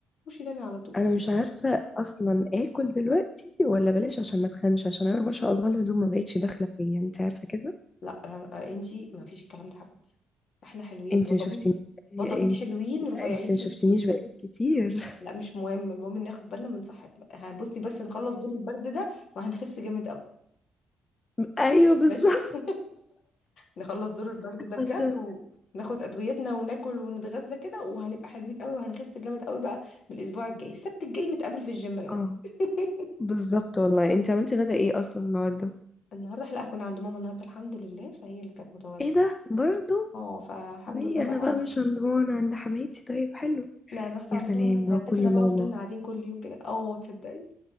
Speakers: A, on the left; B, on the left.
A: خشي نامي على طول
B: انا مش عارفه اصلا اكل دلوقتي ولا بلاش عشان ما اتخنش عشان انا ما شاء الله الهدوم ما بقتش داخله فيا انت عارفه كده
A: لا أنا- انتي ما فيش الكلام ده يا حبيبتي احنا حلوين
B: انت
A: بطبيب
B: ما شفتنيش انت
A: بطبيب حلوين رفيعين
B: انت ما
A: حلوين
B: شفتنيش بقالك كتير <laughs>
A: لا مش مهم المهم ناخد بالنا من صحتنا هنبصي بس نخلص دور البرد ده وهنخس جامد قوي
B: ايوه بالظبط
A: ماشي <laughs> نخلص دور البرد ده بجد
B: اصلا
A: وناخد ادويتنا وناكل ونتغذى كده وهنبقى حلوين قوي وهنخس جامد قوي بقى من الاسبوع الجاي السبت الجاي نتقابل في الجيم انا وإنت.
B: اه
A: <laughs>
B: بالظبط والله انت عملتي غدا ايه اصلا النهارده
A: النهارده لا كنا عند ماما النهارده الحمد لله فهي اللي كانت متولده
B: ايه ده برضو
A: اه فالحمد
B: ليه
A: لله بقى
B: انا بقى مش هندوان عند حماتي طيب حلو
A: لا انا رحت
B: يا
A: عند
B: سلام
A: ماما وهي غدتنا
B: لو كل
A: بقى
B: ماما
A: وفضلنا قاعدين كل يوم كده اه تصدقي